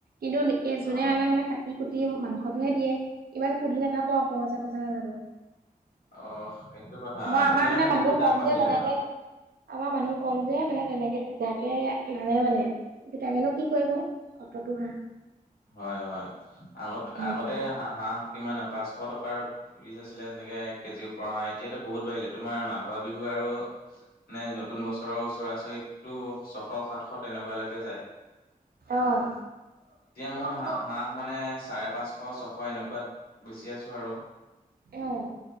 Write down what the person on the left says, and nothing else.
অ
অ সেইটো কথা
এতিয়া
মানে
বহুত দাম
বাঢ়িলে
ন
হয় হয় আগত আগতে
হাঁহ হাঁহ কিমান পাঁচশ টকাৰ পিচ আছিলে এনেকৈ এক কেজিও পৰা এতিয়াতো বহুত বাঢ়িলে তোমাৰ মাঘৰ, বিহু আৰু- নে নতুন বছৰৰ ওচৰাচৰিটো চ- সাতশ তেনেকুৱালৈকে যায়।
মোৰ
হাঁহ, হাঁহ মানে চাৰে পাঁচশ ছশ এনেকুৱাত বেচি আছো। আৰু